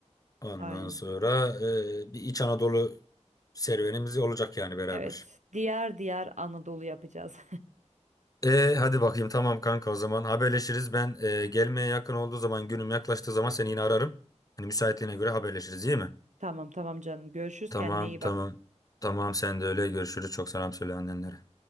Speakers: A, on the left; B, on the right.
A: Ondan
B: Aynen.
A: sonra e, bir İç Anadolu serüvenimiz olacak yani beraber.
B: Evet. Diğer diğer Anadolu yapacağız.
A: E, hadi bakayım tamam kanka o zaman haberleşiriz. Ben e, gelmeye yakın olduğu zaman günüm yaklaştığı zaman seni yine ararım. Hani müsaitliğine göre haberleşiriz iyi mi?
B: <laughs> Tamam tamam canım. Görüşürüz.
A: Tamam
B: Kendine iyi
A: tamam.
B: bak.
A: Tamam sen de öyle görüşürüz. Çok selam söyle annenlere.